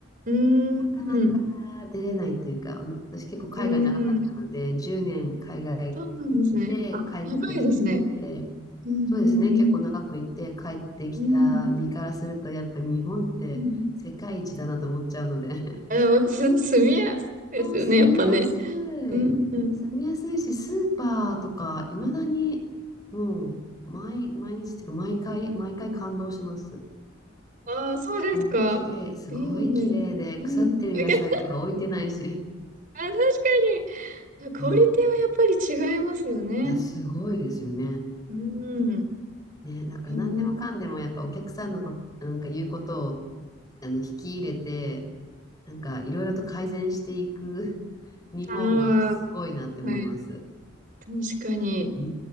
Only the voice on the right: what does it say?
ん、
うん、
うん。
そうなんですね。
あ、高いですね。うんう
んうん。
うんうん。あ、でも、す、住みやすいですよね、
やっぱね。うんうん。
ああ、そうですか。
いいね。うん。
あ、けどあ確かに。あクオリティはやっぱり違いますよね。
うん。
えー、
ああ、はい。確かに。